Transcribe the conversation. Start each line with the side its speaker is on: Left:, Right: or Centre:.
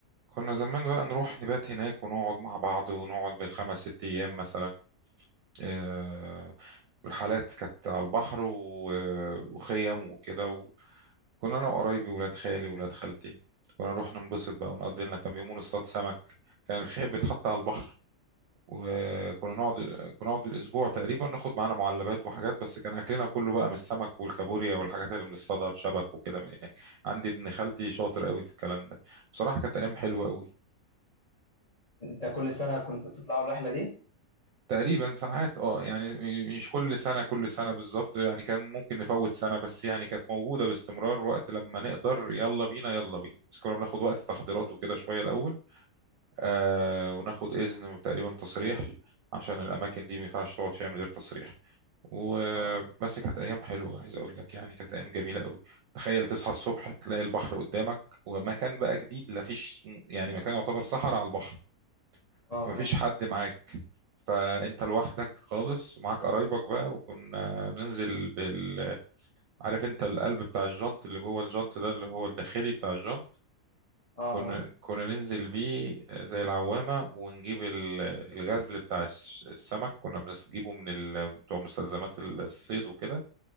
Right: كنا زمان بقى نروح نبات هناك ونقعد مع بعض ونقعد بالخمس ست أيام مثلا آه، الحالات كانت على البحر و- وخيم وكده و- كنا أنا وقرايبي ولاد خالي ولاد خالتي كنا نروح ننبسط بقى ونقضي لنا كام يوم ونصطاد سمك كان الخيم بيتحط على البحر وكنا نقعد كنا نقعد الأسبوع تقريبا ناخد معانا معلبات وحاجات بس كان أكلنا كله بقى من السمك والكابوريا والحاجات اللي بنصطادها بشبك وكده من هناك عندي ابن خالتي شاطر قوي في الكلام ده بصراحة كانت أيام حلوة قوي
Left: انت كل سنة كنت بتطلعوا الرحلة دي؟
Right: تقريبا ساعات اه يعني مش كل سنة كل سنة بالظبط يعني كان ممكن نفوت سنة بس يعني كانت موجودة باستمرار وقت لما نقدر يلا بينا يلا بينا بس كنا بناخد وقت تحضيرات وكده شوية الأول آه وناخد إذن تقريبا تصريح عشان الأماكن دي ما ينفعش تقعد فيها من غير تصريح وبس
Left: اه
Right: كانت أيام حلوة عايز أقول لك يعني كانت أيام جميلة قوي تخيل تصحى الصبح تلاقي البحر قدامك ومكان بقى جديد لا فيش يعني مكان يعتبر صحراء على البحر
Left: اه
Right: فمفيش
Left: اه
Right: حد معاك فانت لوحدك خالص ومعاك قرايبك بقى وكنا ننزل بال عارف انت القلب بتاع الجنط اللي جوه الجنط ده اللي هو الداخلي بتاع الجنط
Left: اه
Right: كنا
Left: اه
Right: كنا ننزل بيه زي العوامة ونجيب ال- الغزل بتاع الس- السمك كنا بنجيبه من ال... بتوع مستلزمات الصيد وكده